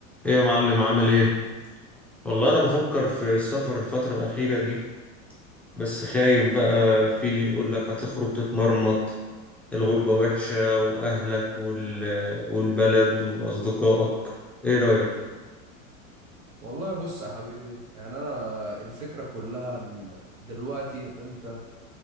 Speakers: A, in the centre; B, on the right (about 85°).
A: ايه يا معلم عامل ايه؟ والله انا بفكر في السفر الفترة الأخيرة دي بس خايف بقى في اللي يقول لك هتخرج تتمرمط الغربة وحشة وأهلك وال... والبلد وأصدقائك ايه رأيك؟
B: والله بص يا حبيبي يعني انا الفكره كلها ان دلوقتي انت